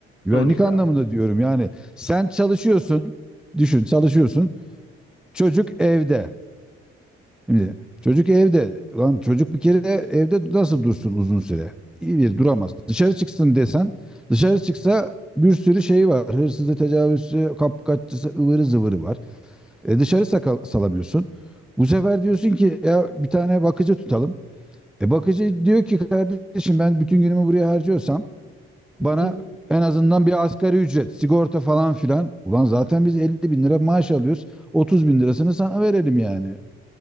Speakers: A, in the centre; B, on the left (about 40°).
A: Güvenlik
B: sonuçta.
A: anlamında diyorum yani sen çalışıyorsun düşün çalışıyorsun çocuk evde. Şimdi çocuk evde. Lan çocuk bir kere evde nasıl dursun uzun süre? İyi bir duramaz. Dışarı çıksın desen dışarı çıksa bir sürü şey var. Hırsızı, tecavüzcü, kapkaççısı, ıvırı zıvırı var. E dışarı saka- salamıyorsun. Bu sefer diyorsun ki ya bir tane bakıcı tutalım. E bakıcı diyor ki kardeşim ben bütün günümü buraya harcıyorsam
B: Hı
A: bana
B: hı.
A: en azından bir asgari ücret, sigorta falan filan. Ulan zaten biz elli bin lira maaş alıyoruz. otuz bin lirasını sana verelim yani.